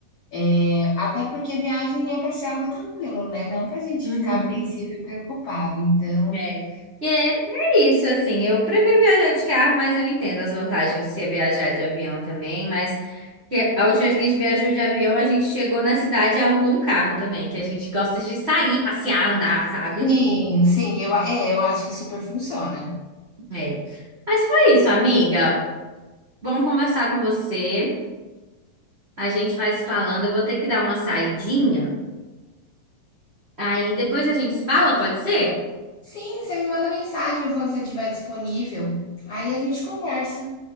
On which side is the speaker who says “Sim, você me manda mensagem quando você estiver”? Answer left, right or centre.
Left